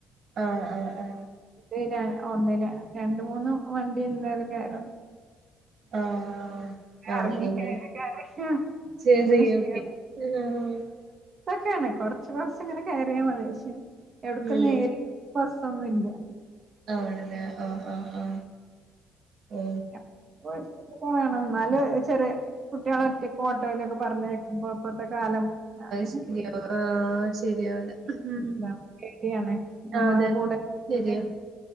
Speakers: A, on the right; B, on the right.
A: ആഹ് ആഹ് ആ
B: ഇത് ഏതായാലും ഒന്നിന് രണ്ട് മൂന്ന് വണ്ടി എന്തായാലും കേറണം
A: ആഹ്
B: എറങ്ങികേറിട്ടെറങ്ങി
A: ആണല്ലേ എന്നാലും ചെറിയ
B: അങ്ങനെ ചെയ്യണം
A: കുട്ടി ആഹ്
B: ഇതൊക്കെയാണ്കുറച്ച് കുറച്ച് ഇങ്ങനെ കയറിയാ മതി പക്ഷേ എവിടക്ക
A: ഉം
B: നേരെ ബസൊന്നു ഇല്ലാ
A: ആണല്ലെ ആ ആ ആ ഓ
B: <unintelligible> <unintelligible> എന്നാല്ചെറിയ കുട്ടികള് ഒറ്റക്ക് ഒ കടയിലൊക്കെ പറഞ്ഞേക്കുമ്പോ ഇപ്പത്തെ കാലം ആഹ്
A: ശരിയാ ആഹ് ശരിയാവൂല
B: <unintelligible>
A: ഉം
B: ശെരിയാണേ നമ്മടെ
A: അതെ
B: കൂടെ
A: ശരിയാ
B: ഒക്കെ